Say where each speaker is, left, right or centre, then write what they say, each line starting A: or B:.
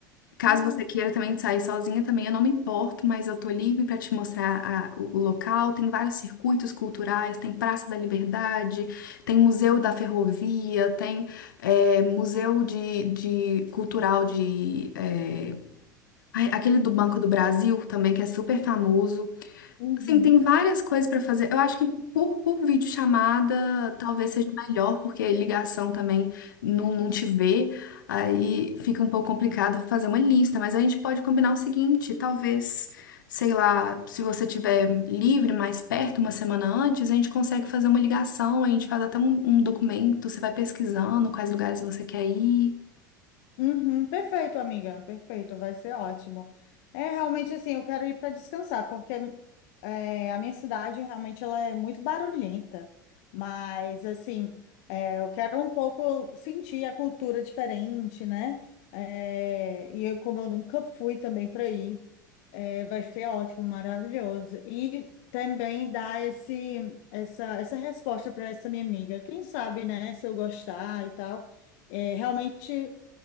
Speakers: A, on the left; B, on the left.
A: Caso
B: Ah,
A: você queira também sair sozinha, também eu não me importo, mas eu tô livre para te mostrar a- o, o local. Tem vários circuitos culturais, tem Praça da Liberdade, tem Museu da Ferrovia, tem é, Museu de, de Cultural de é, ai, aquele do Banco do Brasil também que é super famoso.
B: uhum.
A: Sim, tem várias coisas para fazer. Eu acho que por, por videochamada talvez seja melhor, porque ligação também não, não te vê, aí fica um pouco complicado fazer uma lista, mas a gente pode combinar o seguinte, talvez, sei lá, se você tiver livre mais perto, uma semana antes, a gente consegue fazer uma ligação, a gente faz até um, um documento, você vai pesquisando quais lugares você quer ir.
B: Uhum, perfeito, amiga, perfeito, vai ser ótimo. É realmente assim, eu quero ir para descansar, porque é, a minha cidade realmente ela é muito barulhenta, mas assim, é, eu quero um pouco sentir a cultura diferente, né? É, e eu, como eu nunca fui também para aí, É, Vai ser ótimo, maravilhoso. E também dar esse, essa, essa resposta para essa minha amiga. Quem sabe, né, se eu gostar e tal, é, realmente